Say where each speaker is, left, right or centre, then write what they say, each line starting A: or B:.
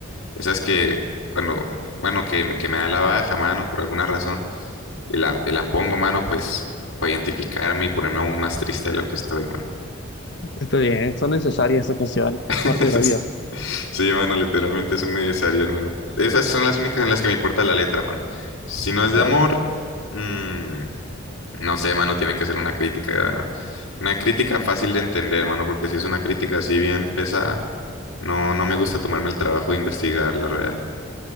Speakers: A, on the left (about 80°); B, on the left (about 55°).
A: Esas que cuando, bueno, que, que me da la baja, mano, por alguna razón, y la, y la pongo, mano, pues para identificarme y ponerme aún más triste de lo que estoy, mano.
B: Está bien, son necesarias esas canciones,
A: <laughs>
B: parte
A: Es-
B: de la vida.
A: Sí, mano, literalmente son necesarias, mano. Esas son las únicas en las que me importa la letra, mano. Si no es
B: Claro.
A: de amor, mm, no sé, mano, tiene que ser una crítica, una crítica fácil de entender, mano, porque si es una crítica así bien pesada, no, no me gusta tomarme el trabajo de investigar la real.